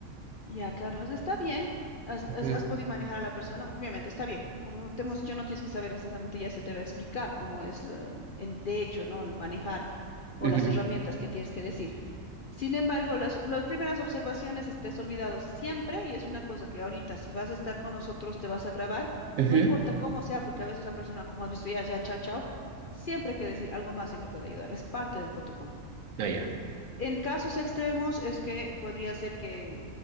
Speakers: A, on the left; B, on the right.
A: ya, Carlos, está bien. Has,
B: Ujú,
A: has- has podido manejar a la persona, obviamente está bien. Como te hemos dicho, no tienes que saber exactamente, ya se te va a explicar cómo es, la- en- de hecho, ¿no? El manejar o
B: ujú,
A: las herramientas que tienes que decir. Sin embargo, las, las primeras observaciones estés has olvidado siempre y es una cosa que ahorita si vas a estar con nosotros te vas a grabar,
B: ujú.
A: no importa cómo sea, porque a veces la persona, como has visto ya, ya, chao, chao, siempre hay que decir algo más en que pueda ayudar, es parte del protocolo.
B: Ah, ya.
A: En casos extremos es que podría ser que,